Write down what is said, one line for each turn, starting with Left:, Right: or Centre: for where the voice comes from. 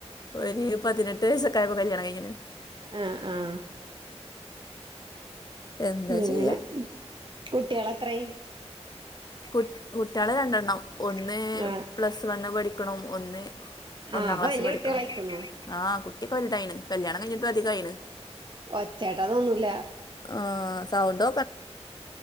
Left: ഒരു പതിനെട്ട് വയസൊക്കെ ആയപ്പം കല്യാണം കഴിഞ്ഞെണ്
Right: ആഹ് ആഹ്
Left: എന്താ
Right: അങ്ങനെ
Left: ചെയ്യാ
Right: കുട്ടികൾ എത്രായി
Left: കുട്ട് കുട്ടികള് രണ്ടെണ്ണം ഒന്ന്
Right: ആഹ്
Left: പ്ലസ് വണ്ണ് പഠിക്കണ് ഒന്ന് ഒന്നാം
Right: ആഹ് അപ്പൊ
Left: ക്ലാസില്
Right: വല്യ
Left: പഠിക്കണ്
Right: കുട്ടികളായിക്കണു
Left: ആഹ് കുട്ടിയൊക്കെ വലുതായിണ് കല്യാണം കഴിഞ്ഞിട്ടും അധികമായിണ്
Right: ഒച്ചകേട്ട തോന്നൂല്ല
Left: ആഹ് സൗണ്ട്